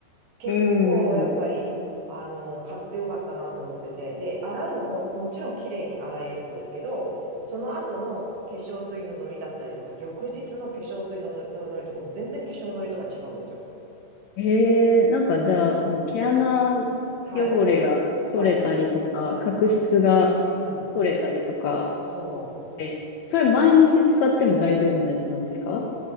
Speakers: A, on the right; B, on the left.
A: 結構やっぱり、
B: うん。
A: あのー買ってよかったなと思ってて、で、洗うのももちろん綺麗に洗えるんですけど、その後の化粧水のノリだったりとか、翌日の化粧水のノリのノリとかも全然化粧ノリとか違うんですよ。
B: ええなんかじゃあ、もう毛穴
A: はい。
B: 汚れが取れたりとか、
A: はい。
B: 角質が
A: うん。
B: 取れたりとか
A: そう。
B: って、それ毎日使っても大丈夫なやつなんですか